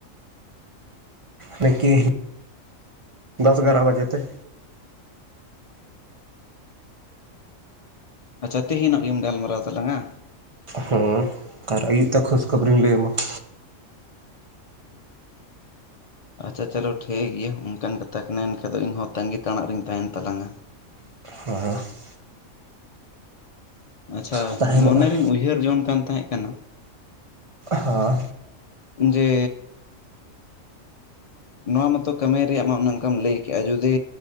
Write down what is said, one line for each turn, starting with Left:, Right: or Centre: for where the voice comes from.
Right: ᱱᱮ <unintelligible> ᱠᱤ ᱫᱚᱥ ᱜᱟᱨᱟ ᱵᱟᱡᱮ ᱛᱮ।
Left: ᱟᱪᱪᱷᱟ ᱛᱮᱦᱮᱧᱚᱜ ᱜᱮᱢ ᱜᱟᱞᱢᱟᱨᱟᱣ ᱛᱟᱞᱟᱝᱼᱟ?
Right: ᱦᱩᱸ ᱟᱨ ᱟ. ᱭᱩᱵ ᱛᱮ ᱠᱷᱳᱡ ᱠᱷᱚᱵᱚᱨᱤᱧ ᱞᱟᱹᱭ ᱟᱢᱟ ᱾
Left: ᱟᱪᱪᱷᱟ ᱟᱪᱪᱷᱟ ᱪᱟᱞᱳ ᱴᱷᱤᱠ ᱜᱮᱭᱟ ᱚᱱᱠᱟᱱ ᱠᱟᱛᱷᱟ ᱠᱟᱱᱟ, ᱮᱱᱠᱷᱟᱡ ᱫᱚ ᱤᱧᱦᱚᱸ ᱛᱟᱺᱜᱤ ᱛᱟᱲᱟᱜ ᱨᱤᱧ ᱛᱟᱦᱮᱱ ᱛᱟᱞᱟᱝᱟ ᱾
Right: <unintelligible>
Left: ᱟᱪᱪᱷᱟ
Right: ᱛᱟᱦᱮᱱᱚᱜᱼᱟ
Left: ᱢᱚᱱᱮ ᱨᱤᱧ ᱩᱭᱦᱟᱹᱨ ᱡᱚᱝ ᱠᱟᱱ ᱛᱟᱦᱮᱸ ᱠᱟᱱᱟᱼᱼ
Right: ᱦᱚ <unintelligible>
Left: ᱡᱮᱻ ᱱᱚᱣᱟ ᱢᱟᱛᱚ ᱠᱟᱹᱢᱤ ᱨᱮᱭᱟᱜ ᱢᱟ ᱚᱱᱮ ᱚᱱᱠᱟᱢ ᱞᱟᱹᱭ ᱠᱮᱜᱼᱟ, ᱡᱩᱫᱤ